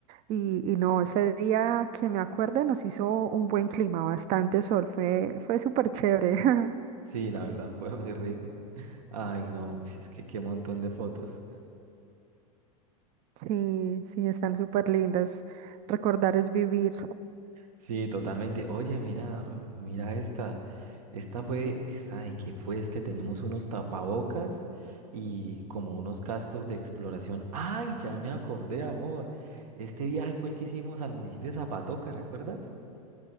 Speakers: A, on the right; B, on the right.
A: Y, y no, ese día que me acuerde nos hizo un buen clima, bastante sol, fue, fue súper chévere. <laughs>
B: Sí, la verdad <laughs> fue muy rico. Ay, no, si es que qué montón de fotos.
A: Sí, sí, están súper lindas. Recordar es vivir.
B: Sí, totalmente. Oye, mira, mira esta. Esta fue, esta de que fue, es que tenemos unos tapabocas y como unos cascos de exploración. ¡Ay, ya me acordé, amor! Este viaje fue el que hicimos al municipio de Zapatoca, ¿recuerdas?